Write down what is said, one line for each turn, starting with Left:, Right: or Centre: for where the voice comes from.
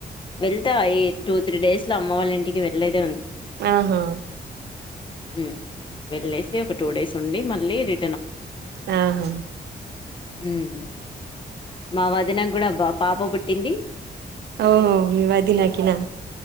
Left: వెళ్తా ఈ టూ త్రీ డేస్ లో అమ్మ వాళ్ళ ఇంటికి వెళ్లేదే ఉంది
Right: ఆ హా
Left: మ్ వెళ్ళేసి ఒక టూ డేస్ ఉండి మళ్ళీ రి
Right: ఆ హ
Left: మ్ మా వదిన గూడా పాప పుట్టింది
Right: ఓహో మీ వదినకినా